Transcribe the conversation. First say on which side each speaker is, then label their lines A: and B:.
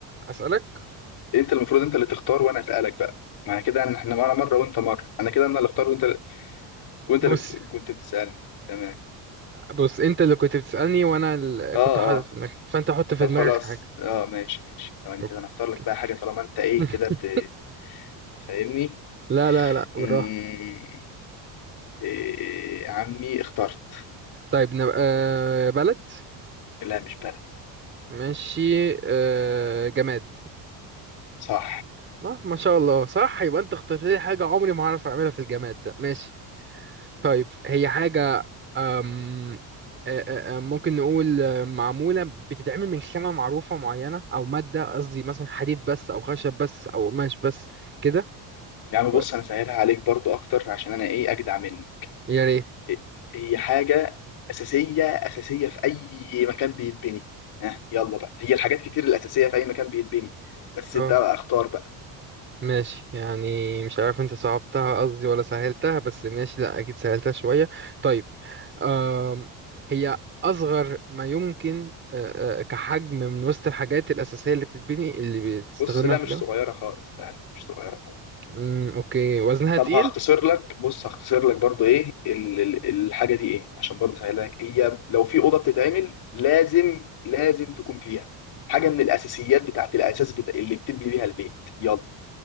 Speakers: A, on the right (about 25°); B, on the left (about 60°).
A: اسالك
B: انت المفروض انت اللي تختار وانا اسالك بقى معنى كده ان احنا معانا مره وانت مره انا كده انا اللي اختار وانت وانت
A: بص
B: اللي كنت بتسالني تمام
A: بص انت اللي كنت بتسالني وانا اللي
B: اه
A: كنت حاطط
B: اه
A: في دماغي فانت حط في
B: طب
A: دماغك
B: خلاص
A: حاجه
B: اه ماشي ماشي ثواني
A: اوكي
B: كده انا اختار لك بقى حاجه طالما انت ايه
A: <laughs>
B: كده بت- فاهمني
A: لا لا لا بالراحه
B: مم. إيه يا عمي اخترت
A: طيب نبقى آه، بلد
B: لا مش بلد
A: ماشي آه، جماد
B: صح
A: ما ما شاء الله صح يبقى انت اخترت لي حاجه عمري ما هعرف اعملها في الجماد ده ماشي طيب هي حاجة أم آه، آه، آه، ممكن نقول آه، معمولة بتتعمل من خامة معروفة معينة أو مادة قصدي مثلا حديد بس أو خشب بس أو قماش بس كده
B: يا عم
A: و-
B: بص انا سهلها عليك برضو اكتر عشان انا ايه اجدع منك
A: يا ريت
B: إيه هي حاجة اساسية اساسية في اي مكان بيتبني ها يلا بقى هي الحاجات كتير الاساسية في اي مكان بيتبني بس
A: اه
B: انت بقى اختار بقى
A: ماشي يعني مش عارف انت صعبتها قصدي ولا سهلتها بس ماشي لا أكيد سهلتها شوية طيب أم هي أصغر ما يمكن آه، آه، كحجم من وسط الحاجات الأساسية اللي بتتبني اللي بتستخدمها
B: بص لا
A: في
B: مش
A: البناء
B: صغيرة خالص لا لا مش صغيرة خالص
A: أمم، أوكي وزنها
B: طب
A: تقيل
B: هختصر لك بص هختصر لك برضو ايه ال- ال- الحاجه دي ايه عشان برضو اسهلها لك هي لو في اوضه بتتعمل لازم لازم تكون فيها حاجه من الاساسيات بتاعت الاساس بتا... اللي بتبني بيها البيت يلا